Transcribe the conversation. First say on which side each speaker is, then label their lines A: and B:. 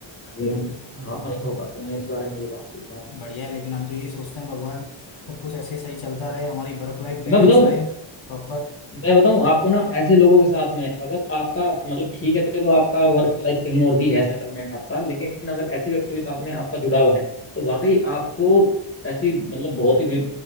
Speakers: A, on the left; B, on the left.
A: अनुभव को- हाँ अनुभव काफी होना इस बारे में ये बात सही कहा आपने
B: बढ़िया है लेकिन हम तो यही सोचते हैं भगवान सब कुछ ऐसे सही चलता रहे हमारी वर्क लाइफ
A: मैं
B: बैलेंस
A: बताऊं
B: रहे प्रॉपर
A: मैं बताऊं आपको ना ऐसे लोगों के साथ में अगर आपका मतलब ठीक है चलो आपका वर्क लाइफ कहीं और भी है सेटलमेंट आपका लेकिन अगर ऐसे व्यक्तियों के साथ में आपका जुड़ाव है तो वाकई आपको ऐसी मतलब बहुत ही वि-